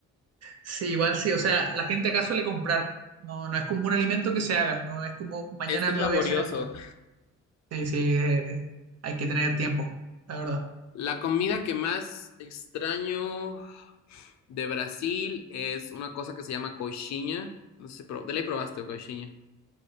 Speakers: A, on the right; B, on the left.
A: Sí, igual sí, o sea, la gente acá suele comprar, no, no es como un alimento que se haga, no es como mañana
B: Es que es
A: me
B: laborioso.
A: voy a hacer empanada. Sí, sí, eh, hay que tener tiempo, la verdad.
B: La comida que más extraño. De Brasil es una cosa que se llama coxinha. No sé si pro- de ley probaste coxinha.